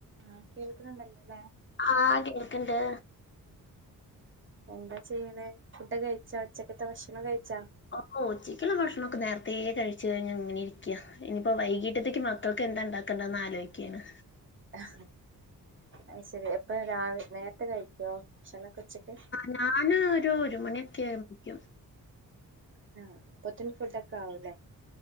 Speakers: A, on the right; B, on the left.
A: ആഹ കേൾക്കണണ്ടല്ലോല്ലേ
B: ആഹ് കേൾക്കണ്ട്
A: എന്താ ചെയ്യണ ഫുഡ് കഴിച്ചാ ഉച്ചക്കത്തെ ഭക്ഷണം കഴിച്ചാ
B: ഓ ഉച്ചിക്കുള്ള ഭക്ഷണൊക്കെ നേരത്തെേ കഴിച്ചു കഴിഞ്ഞഞ് അങ്ങനെ ഇരിക്കുക ഇനിയിപ്പോ വൈകീട്ടത്തേക്ക് കൾക്ക് എന്താ ഉണ്ടാക്കണ്ടന്ന് ആലോചിക്കുകയാണ്
A: ആ അ ശരി എപ്പൊ രാവ നേരത്തെ കഴിക്കുവോ ഭക്ഷണക്കെ ഉച്ചക്കെ
B: ഞാന് ഒരു ഒരു മണിയൊക്കെ ആക്കും
A: ആഹ് പൊത്തന് ഫുഡൊക്കെ ആവല്ലേ